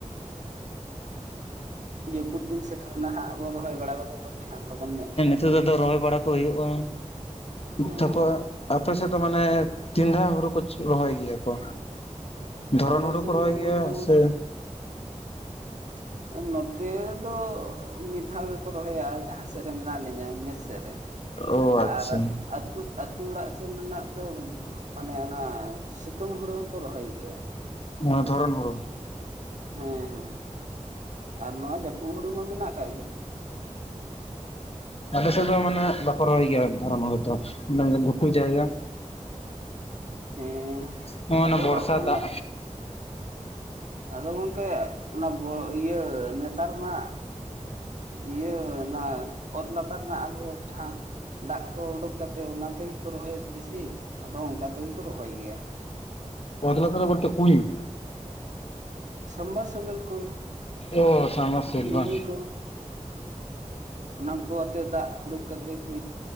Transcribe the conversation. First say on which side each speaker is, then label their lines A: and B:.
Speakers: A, on the right; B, on the left.
A: ᱡᱟᱹᱯᱩᱫ ᱫᱤᱱ ᱥᱮᱴᱮᱨ ᱨᱮᱱᱟᱜ ᱦᱟᱸᱜ ᱟᱵᱚ ᱨᱚᱦᱚᱭ ᱵᱟᱲᱟ ᱠᱟᱛᱮ ᱛᱚᱵᱮ ᱦᱟᱸᱜ ᱞᱚᱜᱚᱱ ᱧᱚᱜ ᱜᱮ᱾
B: <unintelligible> ᱫᱚ ᱨᱚᱦᱚᱭ ᱵᱟᱲᱟ ᱠᱚ ᱦᱩᱭᱩᱜᱼᱟ <unintelligible>
A: ᱦᱮᱸ
B: ᱟᱯᱮ ᱥᱮᱫ ᱫᱚ ᱢᱟᱱᱮ ᱛᱤᱱ ᱫᱷᱟᱣ ᱦᱩᱲᱩ ᱠᱚ ᱨᱚᱦᱚᱭ ᱜᱮᱭᱟ ᱠᱚ? ᱫᱷᱚᱨᱚᱱ
A: ᱟᱞᱮ
B: ᱦᱩᱲᱩ
A: ᱥᱮᱱ
B: ᱠᱚ ᱨᱚᱦᱚᱭ
A: ᱫᱚ
B: ᱜᱮᱭᱟ
A: ᱵᱚᱞᱛᱮ ᱜᱚᱝᱠᱮ
B: ᱥᱮ
A: <unintelligible> ᱱᱚᱛᱮ ᱫᱚ ᱢᱤᱫ ᱫᱷᱟᱣ ᱜᱮᱠᱚ ᱨᱚᱦᱚᱭᱟ ᱡᱟᱦᱟᱸ ᱥᱮᱫ ᱨᱮ ᱢᱮᱱᱟᱜ ᱞᱤᱧᱟ, ᱢᱮ ᱥᱮᱫᱨᱮ
B: ᱚ ᱟᱪᱪᱷᱟ
A: ᱟᱨ ᱟᱹᱛᱩ ᱟᱹᱛᱩ ᱚᱲᱟᱜ ᱥᱮᱱ ᱨᱮᱱᱟᱜ ᱫᱚ ᱢᱟᱱᱮ ᱚᱱᱟ ᱥᱤᱛᱩᱝ ᱦᱩᱲᱩ ᱦᱚᱠᱚ ᱨᱚᱦᱚᱭ ᱜᱮᱭᱟ ᱾
B: ᱱᱚᱣᱟ ᱫᱷᱚᱨᱚᱱ ᱦᱳᱲᱳ ᱾
A: ᱦᱮᱸ ᱦᱮᱸ ᱟᱨ ᱱᱚᱣᱟ ᱡᱟᱹᱯᱩᱫ ᱦᱩᱲᱩ ᱢᱟ ᱢᱮᱱᱟᱜ ᱟᱠᱟᱫ ᱜᱮ ᱾
B: ᱟᱞᱮ ᱥᱮᱫ ᱫᱚ ᱢᱟᱱᱮ ᱵᱟᱠ ᱨᱚᱦᱚᱭ ᱜᱮᱭᱟ ᱫᱷᱚᱨᱚᱱ ᱦᱳᱲᱳ ᱫᱚ, ᱢᱟᱱᱮ ᱜᱩᱴᱩ ᱡᱟᱭᱜᱟ
A: ᱦᱮᱸᱻ
B: ᱱᱚᱜ ᱚᱱᱟ
A: ᱟᱫᱚ
B: ᱵᱚᱨᱥᱟ
A: ᱚᱱᱟ
B: ᱫᱟᱜ
A: ᱟᱫᱚ ᱜᱚᱢᱠᱮ ᱚᱱᱟ ᱤᱭᱟᱹ ᱱᱮᱛᱟᱨ ᱢᱟ ᱤᱭᱟᱹ ᱚᱱᱟ ᱚᱛ ᱞᱟᱛᱟᱨ ᱨᱮᱱᱟᱜ ᱟᱵᱚ ᱡᱟᱦᱟᱸ ᱫᱟᱜ ᱠᱚ ᱩᱰᱩᱠ ᱠᱟᱛᱮᱫ ᱚᱱᱟ ᱛᱮᱜᱮ ᱠᱚ ᱨᱚᱦᱚᱭᱮᱫ ᱵᱮᱥᱤ ᱟᱫᱚ ᱚᱱᱠᱟ ᱛᱮᱜᱮ ᱠᱚ ᱨᱚᱦᱚᱭ ᱜᱮᱭᱟ,
B: <inaudible> ᱵᱚᱞᱛᱮ ᱠᱩᱧ
A: ᱥᱚᱢᱵᱟᱨ ᱥᱮᱵᱮᱞ ᱠᱚ
B: ᱚ ᱥᱟᱵᱢᱟᱨᱥᱟᱞ
A: ᱢᱤᱱᱤ
B: ᱵᱟᱝ
A: ᱠᱚ ᱚᱱᱟ ᱠᱚ ᱟᱛᱮ ᱫᱟᱜ ᱩᱰᱩᱠ ᱠᱟᱛᱮᱫ ᱠᱚ